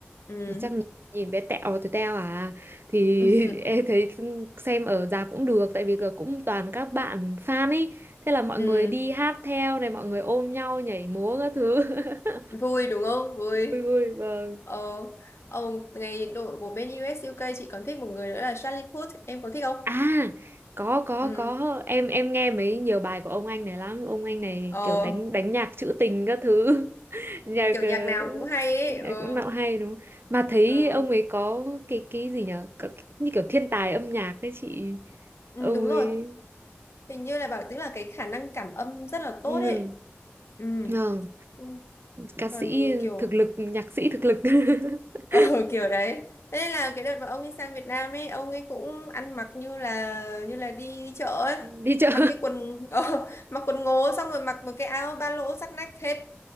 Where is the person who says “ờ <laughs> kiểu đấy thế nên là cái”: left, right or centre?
Left